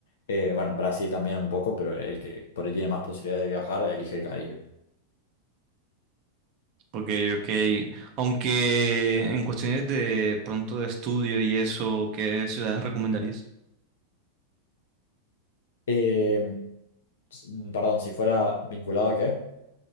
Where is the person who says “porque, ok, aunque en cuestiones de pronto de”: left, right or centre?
Right